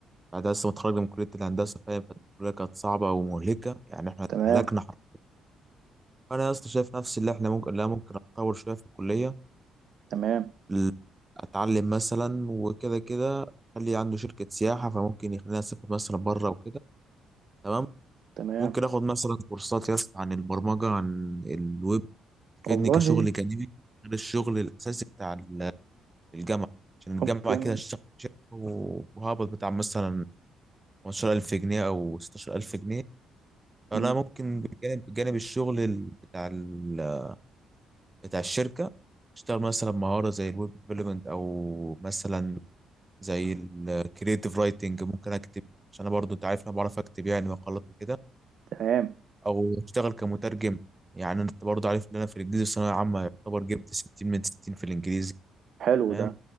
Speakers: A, on the right; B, on the right.
A: بعد لسه متخرج من كليه الهندسه فاهم كانت الكليه كانت صعبه ومهلكه يعني احنا اتهلكنا
B: تمام
A: حرفيا فانا يا اسطى شايف نفسي اللي احنا ممكن لا ممكن اتطور شويه في الكليه
B: تمام
A: ال- اتعلم مثلا وكده كده خلي عنده شركه سياحه فممكن يخلينا اسافر مثلا بره وكده تمام
B: تمام
A: ممكن اخد مثلا كورسات يا اسطى عن البرمجه عن الويب تفيدني
B: والله
A: كشغل جانبي غير الشغل الاساسي بتاع الجامعة عشان الجامعة
B: ممكن
A: كده هشتغل شهر وهقبض بتاع مثلا 15000 جنيه أو 16000 جنيه فأنا
B: مم.
A: ممكن بجانب بجانب الشغل ال- بتاع ال... بتاع الشركة اشتغل مثلا مهارة زي الويب ديفلوبمنت أو مثلا زي الكريتيف رايتنج ممكن أكتب عشان أنا برضو أنت عارف أنا بعرف أكتب يعني مقالات وكده
B: تمام
A: أو أشتغل كمترجم يعني أنت برضو عارف إن أنا في الإنجليزي الثانوية عامة يعتبر جبت 60 من 60 في الإنجليزي
B: حلو
A: فاهم
B: ده